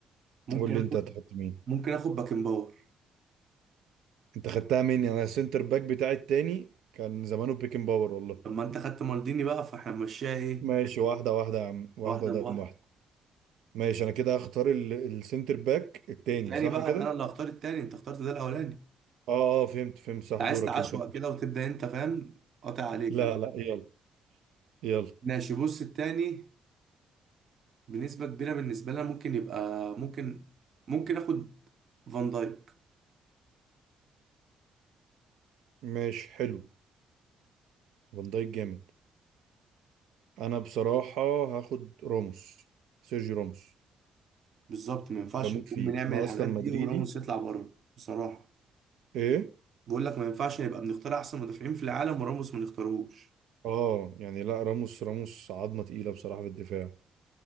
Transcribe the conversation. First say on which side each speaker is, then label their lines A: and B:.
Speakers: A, on the right; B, on the right.
A: ممكن
B: قول لي
A: اخد
B: انت هتحط مين
A: ممكن اخد باكن باور
B: انت خدتها مني انا السنتر باك بتاعي التاني كان زمانه بيكن باور والله
A: طب ما انت خدت مالديني بقى فاحنا هنمشيها ايه
B: ماشي واحدة واحدة يا عم واحدة
A: واحده
B: قدام
A: بواحده
B: واحدة ماشي انا كده هختار ال... السنتر باك التاني
A: التاني
B: صح
A: بقى
B: كده
A: انا اللي هختار التاني انت اخترت ده الاولاني انت
B: اه آه، فهمت فهمت صح
A: عايز
B: دورك
A: تعشوق
B: انت ماشي
A: كده وتبدا انت فاهم قاطع عليك
B: لا
A: انا
B: لا يلا يلا
A: ماشي بص التاني بنسبه كبيره بالنسبه لنا ممكن يبقى ممكن ممكن اخد فان دايك
B: ماشي حلو فان دايك جامد انا بصراحة هاخد راموس سيرجي راموس
A: بالظبط ما ينفعش
B: بموت
A: نكون
B: فيه
A: بنعمل
B: انا
A: الحاجات
B: اصلا مدريدي
A: دي وراموس يطلع بره بصراحه
B: ايه
A: بقول لك ما ينفعش نبقى بنختار احسن مدافعين في العالم وراموس ما نختاروش
B: اه يعني لا راموس راموس عظمة تقيلة بصراحة في الدفاع